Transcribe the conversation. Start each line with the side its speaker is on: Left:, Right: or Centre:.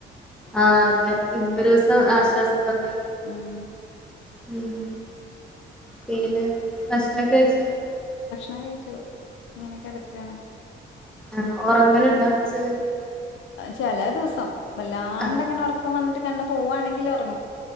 Centre: ആ അതെ ഇന്നരോസം
Left: ഉം
Centre: ആശ്വാസംന്ന് പറഞ്
Left: ഉം ഇതൊക്കെ.
Centre: ഉം പിന്നെ ഭഷണോക്കെ കഴിച്ച
Left: ണകഴിച്ചു ങ്ങനെ കെടക്കാണ്
Centre: ആഹ് ഒറങ്ങലുണ്ടോ ച്ചോ
Left: ചെലേ ദിവസം വല്ലാണ്ടങ്ങനെ
Centre: ആഹ്
Left: ഒറക്കം വന്നിട്ട് കണ്ണ് പോവാണെങ്കിലൊർങ്ങും